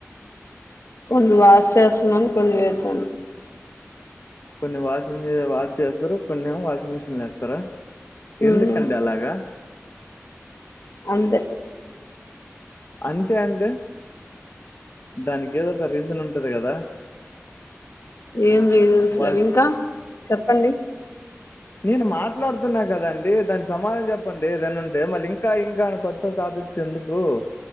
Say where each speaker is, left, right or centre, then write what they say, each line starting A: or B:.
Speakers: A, on the left; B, on the left.
A: కొన్ని వాస్ చేస్తున్నాను. కొన్ని వేసాను.
B: కొన్ని వాషి వాష్ చేస్తారు కొన్ని ఏమో వాషింగ్ మిషిన్ లో వేస్తారా?
A: ఉమ్,
B: ఎందుకండి అలాగా?
A: అంతే
B: అంతే అంటే దానికి ఏదో ఒక రీజన్ ఉంటది కదా?
A: ఏం లేదు
B: వాష్
A: ఇంకా చెప్పండి.
B: నేను మాట్లాడుతున్నా కదండి దాని సమాధనం చెప్పండి ఏదైనా ఉంటే మళ్ళీ ఇంకా ఇంకా కొత్త టా క్స్ ఎందుకు